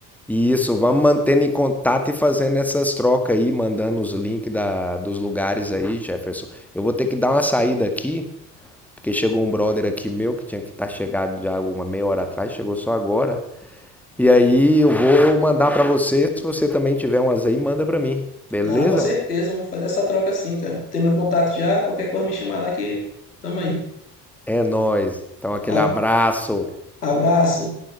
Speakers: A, in the centre; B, on the left (about 85°).
A: Isso, vamos mantendo em contato e fazendo essas trocas aí, mandando os links da, dos lugares aí, Jefferson. Eu vou ter que dar uma saída aqui, porque chegou um brother aqui meu que tinha que estar chegado já uma meia hora atrás, chegou só agora. E aí eu vou mandar pra você, se você também tiver umas aí, manda pra mim, beleza?
B: Não, com certeza, vamos fazer essa troca sim, cara. Tem meu contato já, qualquer coisa me chamar lá que tamo aí.
A: É nóis. Então aquele
B: A-
A: abraço.
B: Abraço.